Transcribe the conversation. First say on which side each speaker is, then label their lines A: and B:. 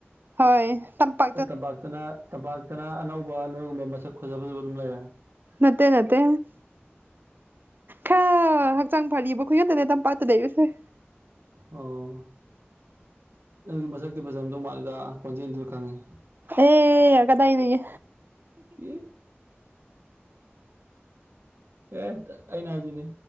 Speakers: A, on the right (about 50°); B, on the right (about 70°).
A: ꯍꯣꯏ ꯇꯄꯠ
B: ꯇꯄꯥꯛꯇꯅ ꯇꯝꯄꯥꯛꯇꯅ ꯑꯅꯧꯕ ꯅꯣꯏꯒꯨꯝꯕ ꯃꯁꯛ ꯐꯖ ꯐꯖꯕ ꯑꯗꯨꯝ ꯂꯩꯔꯦ
A: ꯅꯠꯇꯦ ꯅꯠꯇꯦ ꯈ ꯍꯛꯆꯥꯡ ꯐꯔꯤ ꯕꯨꯈꯗꯅꯦꯗ ꯄꯠꯇ ꯂꯩꯁꯦ
B: ꯑꯣ ꯅꯪꯗꯤ ꯃꯁꯛꯇꯤ ꯐꯖꯝꯗꯧ ꯃꯥꯜꯂꯤꯦꯗ ꯀꯣꯟꯖꯦꯜꯗꯨ ꯈꯪꯉꯤ
A: ꯑꯦ ꯀꯗꯥꯏ ꯅꯌꯦ
B: ꯏ ꯑꯦ ꯑꯩꯅ ꯍꯥꯏꯁꯤꯅꯤ